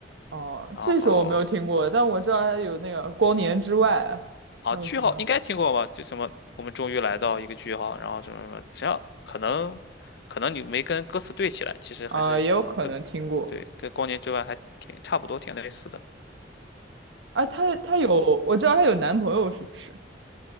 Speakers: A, on the right; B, on the left.
A: 哦，
B: 然后
A: 这首我没有听过，但我知道它有那个《光年之外》，
B: 啊，
A: 还有什么
B: 句号应该听过吧？就什么我们终于来到一个句号，然后什么什么，只要可能可能你没跟歌词对起来，其实还是
A: 啊、也有可能听过
B: 对跟光年之外还挺差不多，挺类似的。
A: 啊。她她有，我知道她有男朋友是不是？